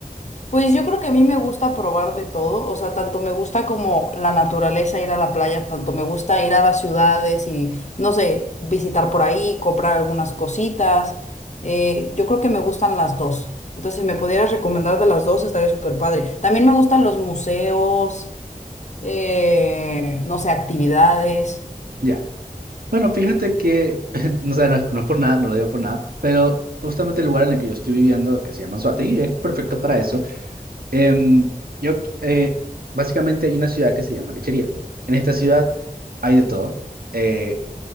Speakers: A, on the left; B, on the right.
A: Pues yo creo que a mí me gusta probar de todo, o sea, tanto me gusta como la naturaleza, ir a la playa, tanto me gusta ir a las ciudades y, no sé, visitar por ahí, comprar algunas cositas. eh, yo creo que me gustan las dos. Entonces, si me pudieras recomendar de las dos, estaría súper padre. También me gustan los museos, eh, no sé, actividades.
B: Ya. Bueno, fíjate que, <laughs> no sé, no es, no es por nada, no lo digo por nada, pero justamente el lugar en el que yo estoy viviendo, que se llama Anzoátegui, es perfecto para eso. Em, yo, eh, básicamente hay una ciudad que se llama Lechería. En esta ciudad hay de todo. Eh,